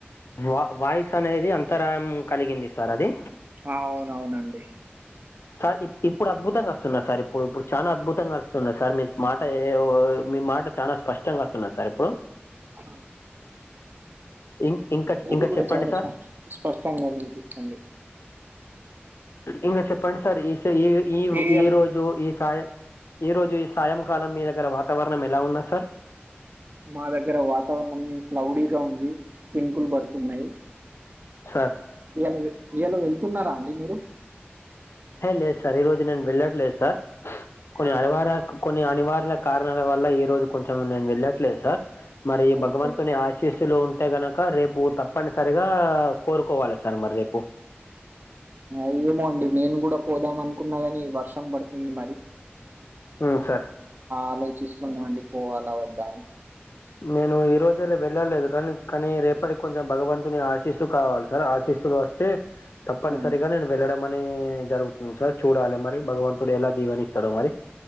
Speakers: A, on the left (about 85°); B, on the right (about 50°).
A: వా వాయిస్ అనేది అంతరాయం కలిగింది సార్ అది
B: అవున అవునండి
A: సార్ ఇప్ ఇప్పుడు అద్భుతంగా వస్తున్నా సార్ ఇప్పుడు ఇప్పుడు చాలా అద్భుతంగా వస్తున్నా సార్ మీ మాట ఏ ఓ మీ మాట చాలా స్పష్టంగా వస్తున్నా సార్ ఇప్పుడు
B: ఆ
A: ఇం- ఇంకా
B: మీది
A: ఇంకా
B: కూడా
A: చెప్పండి
B: చాలా
A: సార్
B: స్పష్ట స్పష్టంగా వినిపిస్తుంది
A: ఇంకా చెప్పండి సార్ ఈ ఈ ఈ
B: ఈయల్
A: ఈ రోజు ఈ సాయ ఈరోజు ఈ సాయంకాలం మీ దగ్గర వాతావరణం ఎలా ఉన్నది సార్
B: మా దగ్గర వాతావరణం క్లౌడీగా ఉంది చినుకులు పడుతున్నాయి
A: సార్
B: ఇయాల ఇయాల వెళ్తున్నారా అండి మీరు
A: ఏ లేదు సార్ ఈరోజు నేను వెళ్ళట్లేదు సార్ కొన్ని
B: ఆ,
A: అనివార కొన్ని అనివార కారణాల వల్ల ఈ రోజు కొంచెం నేను వెళ్ళట్లేదు సార్ మరి భగవంతుని
B: ఓకే
A: ఆశీస్సులు ఉ అే గనక రేపు తప్పనిసరిగా కోరుకోవాలి సార్ మరి రేపు
B: అ్యేమో అండి నేను కూడా పోదాం అనుకున్నా కానీ వర్షం పడుతుంది మరి
A: ఉమ్, సార్
B: ఆలోచిస్తున్నాండి పోవాల వద్దా అని
A: నేను ఈ రోజులా వెళ్ళలేదు కానీ కానీ రేపటికి కొంచెం భగవంతుని ఆశిస్తూ కావాలి సార్ ఆశీస్ ఇప్పుడు వస్తే తప్పనిసరిగా
B: హ్మ్.
A: నేను వెళ్ళడం అనే జరుగుతుంది సార్ చూడాలి మరి భగవంతుడు ఎలా దీవని చాడో మరి